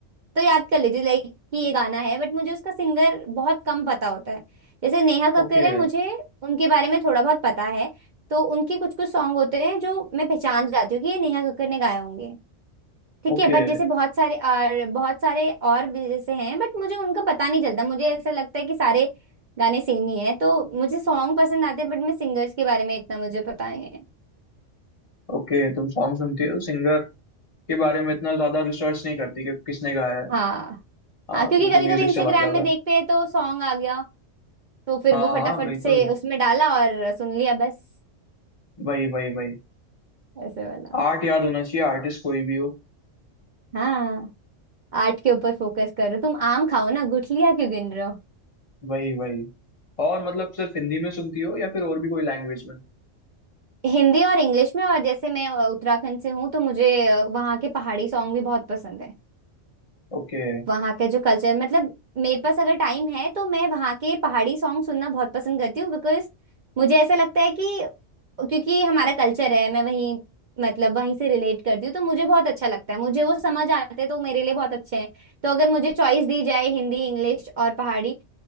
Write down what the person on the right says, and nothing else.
तो याद कर लेती लाइक कि ये गाना है बट मुझे उसका सिंगर बहुत कम पता होता है जैसे नेहा कक्कर
है मुझे उनके बारे में थोड़ा बहुत पता है तो उनके कुछ कुछ सॉन्ग होते हैं जो मैं पहचान जाती हूँ कि ये नेहा कक्कर ने गाए होंगे ठीक
है बट जैसे बहुत सारे और बहुत सारे और भी जैसे हैं बट मुझे उनका पता नहीं चलता मुझे ऐसा लगता है कि सारे गाने सेम ही हैं तो मुझे सॉन्ग पसंद आते हैं बट मैं सिंगर्स के बारे में इतना मुझे पता नहीं है
हाँ
हाँ क्योंकि
कभी
कभी इंस्टाग्राम
में
देखते हैं तो सॉन्ग आ गया तो फिर
वो फटाफट
से उसमें डाला और सुन लिया बस
ऐसे वाला
हाँ आर्ट के ऊपर फोकस करो तुम आम खाओ ना गुठलियाँ क्यों गिन रहे हो
हिंदी और इंग्लिश में और जैसे मैं अ, उत्तराखंड से हूँ तो मुझे अ, वहाँ के पहाड़ी सॉन्ग भी बहुत पसंद है
वहाँ के जो कल्चर मतलब मेरे पास अगर टाइम है तो मैं वहाँ के पहाड़ी सॉन्ग सुनना बहुत पसंद करती हूँ बिकॉज मुझे ऐसा लगता है कि क्योंकि ये हमारा कल्चर है मैं वहीं मतलब वहीं से रिलेट करती हूँ तो मुझे बहुत अच्छा लगता है मुझे वो समझ आते हैं तो वो मेरे लिए बहुत अच्छे हैं तो अगर मुझे चॉइस दी जाए हिंदी इंग्लिश और पहाड़ी